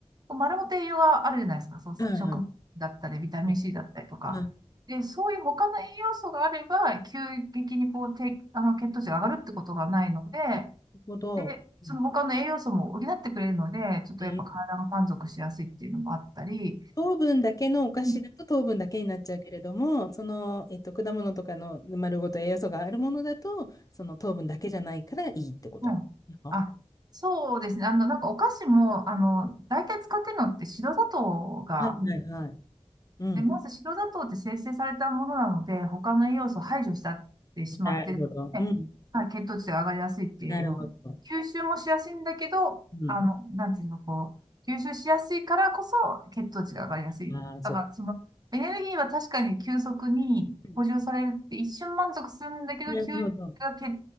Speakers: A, on the right; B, on the left.
A: 丸ごと栄養があるじゃないですか。そう食物だったり、
B: はいはい。
A: ビタミン
B: うん
A: C だったりとか。
B: なる
A: で、そういう他の栄養素があれば、急激にこう、低あの、血糖値が上がるってことがないので、
B: ほど。
A: で、
B: うん
A: その他の栄養素も補ってくれるので、ちょっとやっぱ体が満足しやすいっていうのもあったり、
B: え糖分だけのお菓子だと糖分だけになっちゃうけれども、
A: うん
B: その、えっと、果物とかの丸ごと栄養素があるものだと、その糖分だけじゃないからいいってことなんですね。
A: はいあ、
B: あは
A: そうですね。あの、なんかお菓子も、あの、大体使ってるのって白砂糖が、
B: いはいはい。うん。
A: で、まず白砂糖って生成されたものなので、他の栄養素を排除したってしまってるので、
B: なるほど。うん。
A: はい、血糖値が上がりやすいっていうの、
B: なるほど。
A: 吸収もしやすいんだけど、
B: うん。
A: あの、なんていうの、こう、吸収しやすいからこそ血糖値が上がりやすい。
B: ああ、そうか。
A: だから、その、エネルギーは確かに急速に補充されるって一瞬満足するんだけど、
B: うんなるほど。
A: 急が血